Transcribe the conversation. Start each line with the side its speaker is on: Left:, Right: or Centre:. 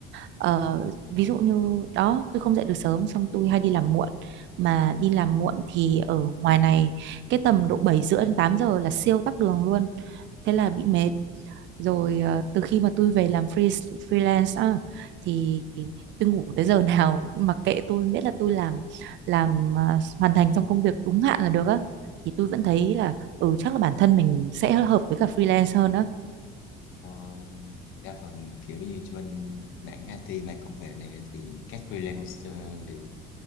Right: Ờ, ví dụ như đó tôi không dậy được sớm xong tôi hay đi làm muộn mà đi làm muộn thì ở ngoài này cái tầm độ 7 rưỡi đến 8 giờ là siêu tắc đường luôn thế là bị mệt rồi ờ, từ khi mà tôi về làm free freelance á, thì tôi ngủ tới giờ <laughs> nào mặc kệ tôi miễn là tôi làm làm à, hoàn thành trong công việc đúng hạn là được á thì tôi vẫn thấy là ừ chắc là bản thân mình sẽ hợp với cả freelance hơn á
Left: Ờ, đa phần kiểu như trên mảng IT mảng công nghệ này thì các freelancer đều